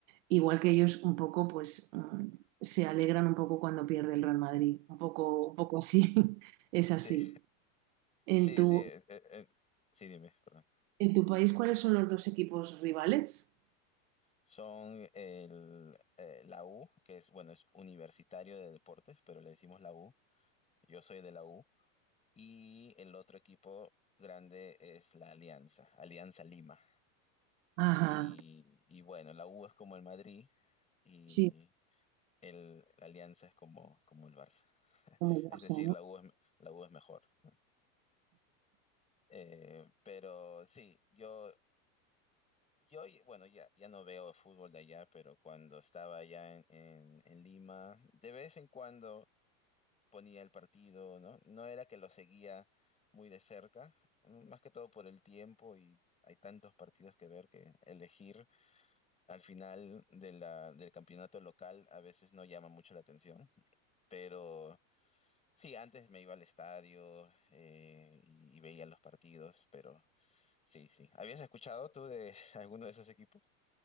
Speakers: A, on the right; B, on the left.
A: igual que ellos un poco pues mm, se alegran un poco cuando pierde el Real Madrid, un poco, un poco así, <laughs> es
B: Sí,
A: así. En
B: sí,
A: tu,
B: sí. eh, eh, sí, dime, perdón.
A: en tu país, ¿cuáles son los dos equipos rivales?
B: Son el, eh, la U, que es, bueno, es Universitario de Deportes, pero le decimos la U. Yo soy de la U. Y el otro equipo grande es la Alianza, Alianza Lima.
A: Ajá.
B: Y, y bueno, la U es como el Madrid y
A: sí
B: el, la Alianza es como, como el Barça.
A: como
B: Es
A: WhatsApp,
B: decir,
A: ¿no?
B: la U es, la U es mejor, ¿no? Eh, pero sí, yo, yo bueno, ya, ya no veo el fútbol de allá, pero cuando estaba allá en, en, en Lima, de vez en cuando ponía el partido, ¿no? No era que lo seguía muy de cerca, más que todo por el tiempo y hay tantos partidos que ver que elegir al final de la, del campeonato local a veces no llama mucho la atención, pero sí, antes me iba al estadio eh, y, y veía los partidos, pero sí, sí. ¿Habías escuchado tú de <laughs> alguno de esos equipos?